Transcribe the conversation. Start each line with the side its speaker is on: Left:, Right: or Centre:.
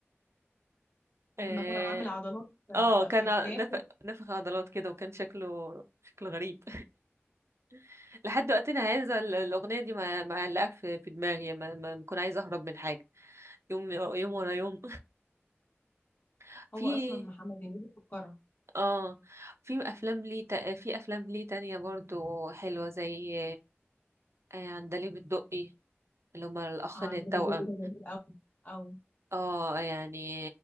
Right: اه
Left: لما كان عامل عضلات
Right: آه،
Left: آه،
Right: كان
Left: في كتافه
Right: ع- نف... نفخ عضلات كده وكان شكله شكله غريب <laughs> لحد وقتنا هذا ال- الأغنية دي ما- معلقة في في دماغي ما ما بكون عايزة أهرب من حاجة يوم يوم ورا يوم <laughs> في
Left: هو اصلا محمد هنيدي فقره
Right: اه في أفلام ليه تا... في أفلام ليه تانية برضو حلوة زي آه، عندليب الدقي اللي هما الأخين
Left: اه عندها
Right: التوأم
Left: بدء ده جميل قوي قوي
Right: اه يعني